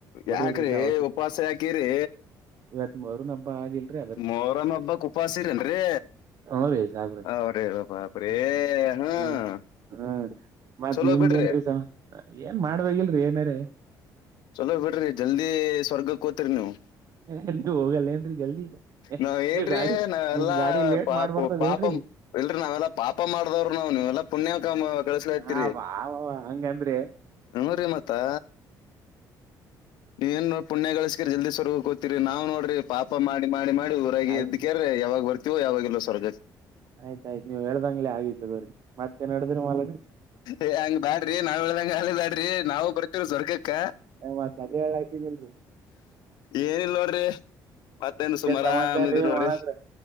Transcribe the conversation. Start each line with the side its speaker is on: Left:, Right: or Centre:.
Right: ನೋಡಿಲ್ರಿ
Left: ಯಾಕ್ರಿ
Right: -ನಾ -ಹೋಗಿ
Left: ಉಪವಾಸ ಯಾಕಿರಿ
Right: ಇವತ್ ಮೊಹರಂ ಹಬ್ಬ ಆದಿಲ್ರಿ.
Left: ಮೊಹರಂ ಹಬ್ಬಕ್ಕೆ ಉಪಾಸಿರೇನ್ರರಿ.
Right: ಹ್ಮ್ ರೀ ಸಾಬ್ರ
Left: ಅವ್ರೇ ಬಾಪ್ರೇ-
Right: ಹ್ಮ್
Left: ಹಾ-
Right: ಹ್ಮ್ ಹ್ಮ್- ಮತ್ತ
Left: ಚಲೋ
Right: ನಿಮ್ಡೆನ್ರೀ
Left: ಬಿಡ್ರಿ
Right: ಏನ್ ಮಾಡಬೇಕಿಲ್ರಿ ಏನಾರ.
Left: ಚಲೋ ಬಿಡ್ರಿ ಜಲ್ದಿ ಸ್ವರ್ಗಕ್ ಹೋಗ್ತೀರಿ ನೀವು.
Right: ಹ -ನೀವ್ ಹೋಗಲ್ಲ ಏನ್ರರಿ ಜಲ್ದಿ
Left: ನಾವ್ ಏನ್ರೀ
Right: ನೀವ್ ಗಾಡಿ
Left: ನಾವೆಲ್ಲಾ
Right: ನಿಮ್ ಗಾಡಿ ಲೇಟ್
Left: ಪಾಪ
Right: ಮಾಡ್ಬರ್ತದ
Left: ಪಾಪ
Right: ಏನ್ರರಿ.
Left: ಇಲ್ರಿ ನಾವೆಲ್ಲಾ ಪಾಪ ಮಾಡ್ದವ್ರರು ನಾವು- ನೀ ಎಲ್ಲಾ ಪುಣ್ಯ ಕಾಮ ಕಳಸಲತಿರಿ.
Right: ಹಾ ಬಾ ಹಂಗಂದ್ರೆ
Left: ಅಮರಿ ಮತ್ತಾ. ನೀವೇನು ಪುಣ್ಯ ಗಳಿಸಿರೀ ಜಲ್ದ ಸ್ವರ್ ಹೋಗೋತೀರಿ. ರ್ರೀ-ನಾವ್ ನೋಡ್ರಿ ಪಾಪ ಮಾಡಿ ಮಾಡಿ ಮಾಡಿ ಊರಾಗ
Right: ಆಯ್ತು
Left: ಎದಕ್ಯ್ರ ಯಾವಾಗ ಬರ್ತಿ. ತಿವು ಯಾವಾಗಲ ಸ್ವರ್ಗ.
Right: ಆಯ್ತಾಯ್ತು ನೀವ್ ಹೇಳ್ದಂಗ್ಲೆ ಆಗಿತ್ ತಗೋರಿ ಮತ್ತೇನ್ ನಡದ್ರಿ ಮಾಲಕ್
Left: ಏ- ಹಂಗ್ ಬ್ಯಾಡ್ರಿ ನಾವ್ದಂಗ ಆಳ ಬ್ಯಾಡ್ರಿ ನಾವು. ಬರ್ತೀರ ಸ್ವರ್ಗಕ್ಕ.
Right: ಮತ್ ಅದೇ ಹೇಳಾತಿನಲ್ರಿ
Left: ಏನಲ್ ನೋಡ್ರಿ ಮತ್ತೇನ್ ಸುಮ ಆರಾಮಿದ್
Right: ಸಮಾಚಾರ ರೀ
Left: ನೋಡ್ರಿ.
Right: ಮಾಡಕ್ರ